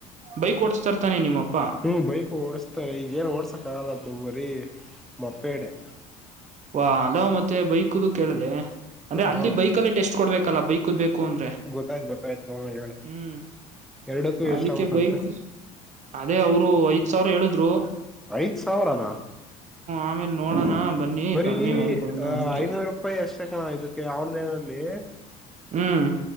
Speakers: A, on the right; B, in the centre.
A: ಬೈಕ್ ಓಡಸ್ತರ್ತಾನೆ ನಿಮ್ಮಪ್ಪ?
B: ಹ್ಮ್ ಬೈಕ್ ಓಡಸ್ತಾರೆ ಈಗ ಏನ್ ಓಡ್ಸಕ್ಕಾಗಲ್ಲ ಬರೀ ಮೊಪ್ಪೆಡ್ಡೆ.
A: ವಾ ಅಲೋ ಮತ್ತೆ ಬೈಕ್ದು ಕೇಳದೆ ಅಂದ್ರೆ
B: ಹ್ಮ್
A: ಅಲ್ಲಿ
B: ಹ್ಮ
A: ಬೈಕಲ್ಲೇ ಟೆಸ್ಟ್ ಕೊಡ್ಬೇಕಲ್ಲ ಬೈಕದ್ ಬೇಕ. ಕುಕೊಂಡ್ರೆ
B: ಗೊತ್ತಾಯ್ತು ಗೊತ್ತಾಯ್ತು ಹ ಹೇಳು
A: ಹ್ಮ್
B: ಎರಡಕ್ಕೂ
A: ಅದಕ್ಕೆ
B: ಎಷ್ಟಾಗುತ್ತಂತೆ
A: ಬೈಕ್ ಅದೇ ಅವರು ಐದ ಸಾವಿರ ಹೇಳುದ್ರು
B: ಐದ ಸಾವಿರಾನ
A: ಆಮೇಲ್ ನೋಡೋಣ ಬನ್ನಿ ಕಮ್ಮಿ
B: ಇ
A: ಮಾಡ್ಕೊಳೋಣ ಅಂದ್ರು
B: ಐನೂರು ರೂಪಾಯಿ ಅಷ್ಟ ಕ್ಕೆ ಆಲೈಲ್ಲಿ
A: ಹ್ಮ್